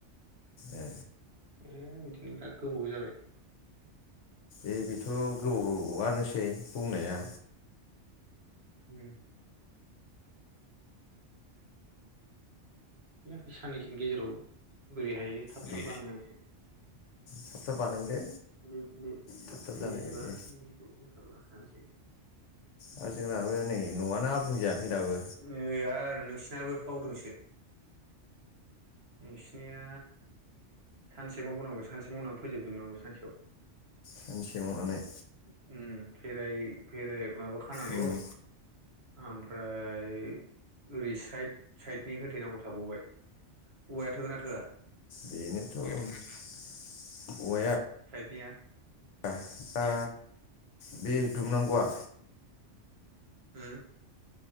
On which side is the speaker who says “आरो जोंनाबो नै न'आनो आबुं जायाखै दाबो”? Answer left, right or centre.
Left